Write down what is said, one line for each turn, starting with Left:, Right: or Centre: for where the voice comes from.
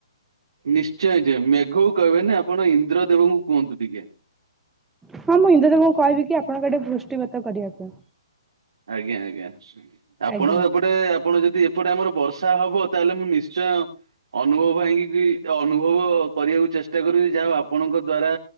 Right: ନିଶ୍ଚୟ ମେଘକୁ କହିବେନି ଆପଣ ଇନ୍ଦ୍ର ଦେବଙ୍କୁ କୁହନ୍ତୁ ଟିକେ
Centre: ହଁ ମୁଁ ଇନ୍ଦ୍ର ଦେବଙ୍କୁ କହିବି କି ଆପଣଙ୍କଆଡେ ବୃଷ୍ଟିପାତ କରିବା ପାଇଁ
Right: ଆଜ୍ଞା ଆଜ୍ଞା ଆପଣ
Centre: ଆଜ୍ଞା।
Right: ଏପଟେ ଆପଣ ଯଦି ଏପଟେ ଆମର ବର୍ଷା ବର୍ଷା ହବ ତାହେଲେ ମୁଁ ନିଶ୍ଚୟ ଅନୁଭବ ଭାଇ ଙ୍କି ଅନୁଭବ କରିବାକୁ ଚେଷ୍ଟା କରିବି ଯାହା ଆପଣଙ୍କ ଦ୍ଵାରା